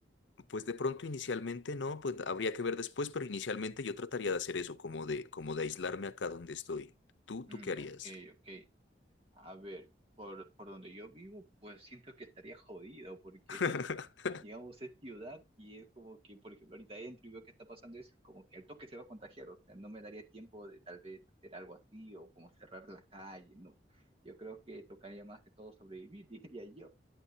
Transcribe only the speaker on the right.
Mm,
ok, ok. A ver, por, por donde yo vivo, pues siento que estaría jodido, porque
digamos, es ciudad y es como que, por ejemplo, ahorita entro y veo que está pasando eso, como que al toque se va a contagiar, o sea, no me daría tiempo de tal vez hacer algo así o como cerrar la calle, no. Yo creo que tocaría más que todo sobrevivir, <laughs> diría yo.